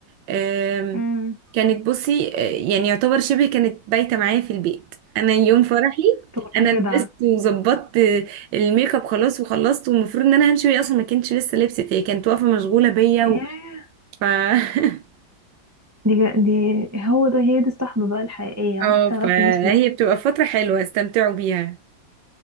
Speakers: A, on the right; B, on the right.
A: آم،
B: م.
A: كانت بصي آه، يعني يعتبر شبه كانت بايته معايا في البيت انا يوم فرحي
B: طب والله
A: انا لبست
B: جدعة
A: وظبطت آه، الميك اب خلاص وخلصت والمفروض ان انا همشي وهي اصلا ما كانتش لسه لبست هي كانت واقفه مشغوله بيا
B: ياه
A: و... ف <laughs>
B: دي جا- دي هو ده هي دي الصحبة بقى الحقيقية
A: اه
B: عارفة؟ تعرفي
A: فهي
B: الناس اللي
A: بتبقى فترة حلوة استمتعوا بيها